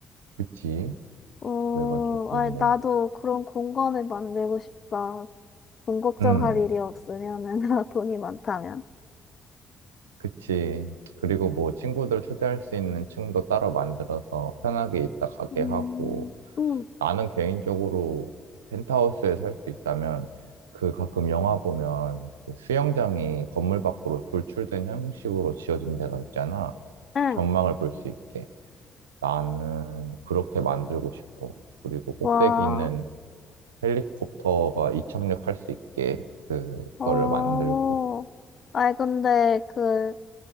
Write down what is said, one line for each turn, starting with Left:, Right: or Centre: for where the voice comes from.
Right: 그치.
Left: 오,
Right: 그래가지고
Left: 아,
Right: 뭐,
Left: 나도 그런 공간을 만들고 싶다. 돈 걱정할
Right: 음,
Left: 일이 없으면은, <laughs> 돈이 많다면.
Right: 그치. 그리고 뭐 친구들 초대할 수 있는 층도 따로 만들어서 편하게 있다 가게
Left: 음,
Right: 하고
Left: 음,
Right: 나는 개인적으로 펜트하우스에 살 수 있다면 그 가끔 영화 보면 그 수영장이 건물 밖으로 돌출된 형식으로 지어진 데가 있잖아.
Left: 응.
Right: 전망을 볼 수 있게. 나는 그렇게 만들고 싶어. 그리고 꼭대기는
Left: 와,
Right: 헬리콥터가 이착륙할 수 있게 그거를
Left: 어.
Right: 만들고.
Left: 아이, 근데 그,